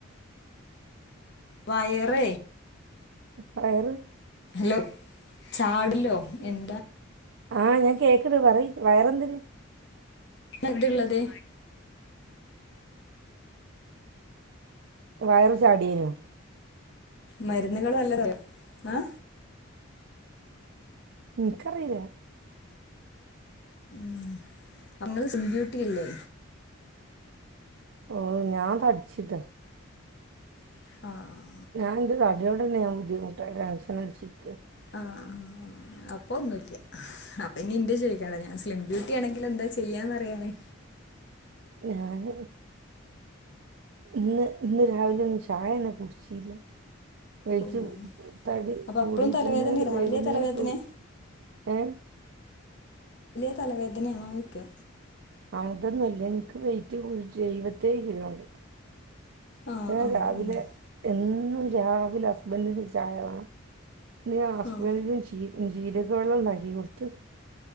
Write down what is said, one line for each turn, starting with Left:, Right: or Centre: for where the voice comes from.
Left: വയറെ
Right: വയറ്
Left: ലോ ചാട്ലോ എന്താ
Right: ആഹ് ഞാൻ കേക്ക്ണ്ട് പറയ് വെറെന്തില്
Left: ന്ന്ന്ത്ള്ളത്
Right: വയറ് ചാടീനു
Left: മരുന്നുകള് വല്ലത് അ
Right: ഇന്ക്കറിയില
Left: ഉം അങ്ങൾ സ്ലിം ബ്യൂട്ടി അല്ലേ
Right: ഓ ഞാൻ തടിച്ചിട്ട
Left: ആഹ്
Right: ഞാനെന്റെ തലയോടന്ന ഞാൻ ബുദ്ധിമുട്ട ടെൻഷൻ അടിച്ചിക്ക
Left: ആഹ് അപ്പോന്നുല്ല അപ്പൊ ഇനി ഇന്റെ ചോയ്ക്കണ്ട ഞാൻ സ്ലിം ഡ്യൂട്ടി ആണെങ്കിലെന്താ ചെയ്യാ ചെയ്യാന്ന്റിയാന്േ
Right: ഞാന് ഇന്ന് ഇന്ന് രാവിലൊന്നു ചായയന്നെ കുടിച്ചില വയ്ച്ച്
Left: ഓഹ്
Right: തടി
Left: അപ്പൊ
Right: കൂടിട്ടിന്നലെ
Left: അപ്പളും തലവേദന രാവിലെ
Right: വേകുന്നേരത്ത്
Left: തലവേദനേ
Right: ഏ
Left: തലവേദനയായ്ക്ക
Right: അതൊന്നുല്ല നിക്ക് വെയിറ്റ് കുടീറ്റ് എഴുപത്തേഴ് കിലോണ്ട്
Left: ആഹ്
Right: ഏഹ്
Left: ആഹ്
Right: രാവിലെ
Left: ആഹ്
Right: എന്നു ന്നും രാവിലെ ഹസ്ബൻ്റിന് ചായ വേണം ന അസ്ബൻ്റ്ന്ന്
Left: ആഹ്
Right: ചീ ജീരക വെള്ള ണ്ടാക്കി കൊടുത്ത്